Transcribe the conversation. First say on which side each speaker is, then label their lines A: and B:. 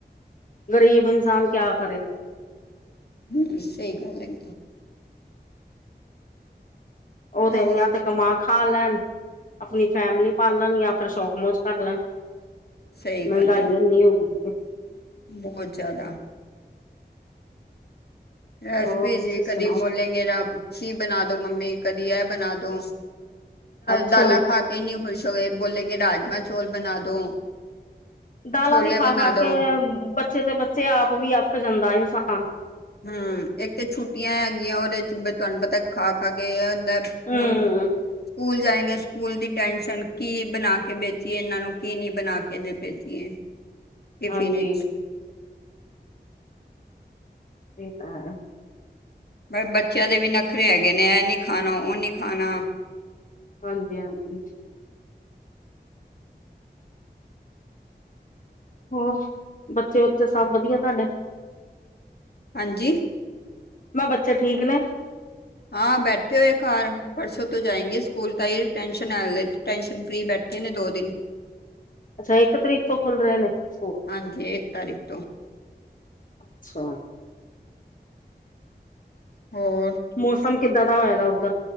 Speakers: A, on the left (about 50°); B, on the left (about 65°).
A: ਗ਼ਰੀਬ ਇਨਸਾਨ ਕਿਆ ਕਰੇ।
B: ਹੂੰ ਸਹੀ ਗੱਲ ਹੈਗੀ‌।
A: ਉਹ
B: ਹੋਰ
A: ਤੇ ਯਾ ਤੇ ਕਮਾ ਖਾ ਲੈਣ ਆਪਣੀ ਫੈਮਲੀ ਪਾਲਣ, ਜਾਂ ਫਿਰ ਸ਼ੌਕਮੋਜ ਕਰ ਲੈਣ।
B: ਸਹੀ
A: ਮਹਿੰਗਾਈ
B: ਗੱਲ ਹੈਗੀ
A: ਏਨੀ ਹੋ ਗਈ ਦੀ ਐ।
B: ਬਹੁਤ ਜ਼ਿਆਦਾ। ਐਸਪੀ
A: ਹੋਰ
B: ਸੀ
A: ਤੁਸੀਂ ਸੁਣਾਓ
B: ਕਦੀ ਬੋਲੇਗੇ ਰਾਮ ਸੀ ਬਣਾ ਦੋ ਮੰਮੀ ਕਦੀ ਐਹ ਬਣਾ ਦੋ,
A: ਅੱਛਾ
B: ਦਾਲਾਂ ਖਾ ਕੇ ਨੀਂ ੲੌ ਖੁਸ਼ ਤੋਂ ਏ ਬੋਲੇਗੇ ਰਾਜਮਾਂ ਚੌਲ ਬਣਾ ਦੋ।
A: ਦਾਲਾਂ
B: ਛੋਲੇ
A: ਵੀ ਖਾ-
B: ਬਣਾ
A: ਖਾ
B: ਦੋ
A: ਕੇ ਬੱਚੇ ਤੇ ਬੱਚੇ ਆਪ ਵੀ ਅੱਕ ਜਾਂਦਾ ਇਨਸਾਨ।
B: ਹੂੰ ਇੱਕ ਤੇ ਛੁੱਟੀਆਂ ਹੈਗੀਆਂ ਉਹਦੇ ਚ ਤੁਹਾਨੂੰ ਪਤਾ ਖਾ -ਖਾ ਕੇ ਤੇ
A: ਹਮ
B: ਹੁਣ ਸਕੂਲ਼ ਜਾਏਂਗੇ। ਸਕੂਲ ਦੀ ਟੈਨਸ਼ਨ ਕੀ ਬਣਾ ਕੇ ਬੇਚੀਏ ਇਹਨਾਂ ਨੂੰ ਕੀ ਨੀਂ ਬਣਾ ਕੇ ਬੇਚ ਕਿ ਟਿਫਿਨ
A: ਹਾਂਜੀ
B: ਵਿਚ
A: ਇਹ ਤਾਂ ਹੈਂ
B: ਫੇਰ ਬੱਚਿਆਂ ਦੇ ਵੀ ਨੱਖਰੇ ਹੈਗੇ ਨੇ ਐਹ ਨੀ ਖਾਣਾ ਉਹ ਨੀ ਖਾਣਾ।
A: ਹਾਂਜੀ- ਹਾਂਜੀ। ਹੋਰ ਬੱਚੇ ਉੱਥੇ ਸਭ ਵਧੀਆ ਤੁਹਾਡੇ।
B: ਹਾਂਜੀ।
A: ਮੈਂ ਬੱਚੇ ਠੀਕ ਨੇ।
B: ਹਾਂ ਬੈਠੇ ਹੋਏ ਘਰ ਪਰਸੋਂ ਤੋਂ ਜਾਏਂਗੇ ਸਕੂਲ ਤਾਂਹੀ ਟੈਂਸ਼ਨ ਆ ਹਲੇ ਟੈਂਨਸ਼ਨ ਫ੍ਰਰੀ ਬੈਠੇ ਨੇ ਦੋ ਦਿਨ
A: ਅੱਛਾ ਇੱਕ ਤਰੀਕ ਤੋਂ ਖੁੱਲ ਰਹੇ ਨੇ ਸਕੂਲ,
B: ਹਾਂਜੀ ਇੱਕ ਤਾਰੀਖ ਤੋਂ
A: ਅੱਛਾ।
B: ਹੋਰ
A: ਮੌਸਮ ਕਿੱਦਾਂ ਦਾ ਹੋਏ ਦਾ ਉੱਧਰ